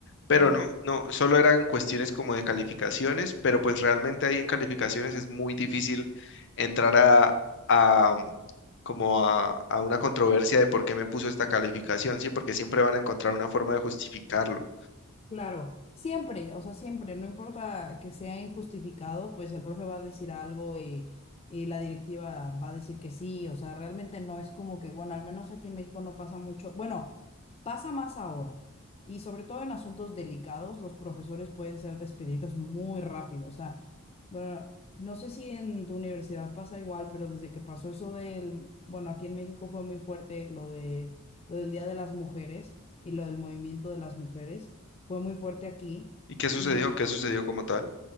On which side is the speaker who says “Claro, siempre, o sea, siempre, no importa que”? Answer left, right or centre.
Left